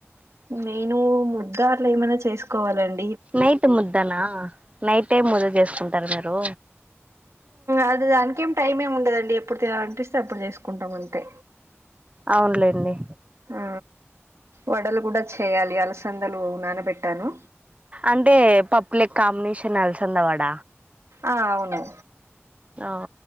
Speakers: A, on the right; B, on the right.
A: నేను ముద్ద అట్ల ఏమైనా చేసుకోవాలం
B: నైట్ ముద్దనా నైటే <unintelligible> చేసుకుంటారు మీరు
A: అది దానికేం టైం ఏమి ఉండదండి ఎప్పుడు అనిపిస్తే అప్పుడు చేసుకుంటాం అంతే
B: అవునులేండి
A: ఆ వడలు కూడ చేయాలి అలసందలు నానబెట్టాను
B: అంటే పప్పు లేకి కాంబినేషన్ అలసంద వడ
A: ఆ అవును
B: ఆ